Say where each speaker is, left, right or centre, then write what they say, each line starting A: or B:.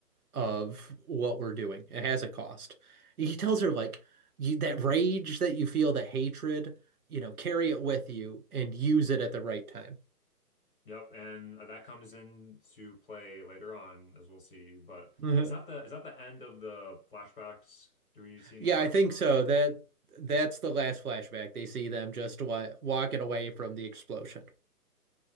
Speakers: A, on the right; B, on the left.
A: of what we're doing. It has a cost. He tells her like you, that rage that you feel, that hatred, you know, carry it with you and use it at the right time.
B: Yep, and that comes into play later on, as we'll see. But
A: <laughs>
B: is that the is that the end of the flashbacks? Do we see any
A: Yeah,
B: more
A: I
B: after
A: think so. That that's the last flashback. They see them just wa walking away from the explosion.